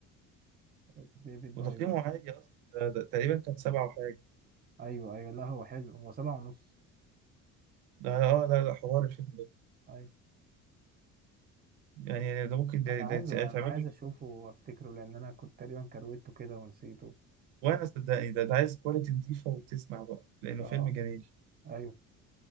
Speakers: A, on the right; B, on the right.
A: <laughs> بيبي درايفر
B: وتقييمه عالي اصلا ده ده تقريبا كان سبعة وحاجة
A: ايوه ايوه لا هو حلو هو سبعة ونص
B: ده اه لا لا حوار الفيلم ده
A: ايوه
B: يعني يعني ده ممكن ده,
A: انا
B: ده
A: عايز انا
B: يتعمل
A: عايز
B: له
A: اشوفه وافتكره لان انا كنت تقريبا كرويته كده ونسيته
B: وانا صدقني ده, ده عايز كواليتي نضيفة وتسمع بقى لانه
A: اه
B: فيلم جميل
A: ايوه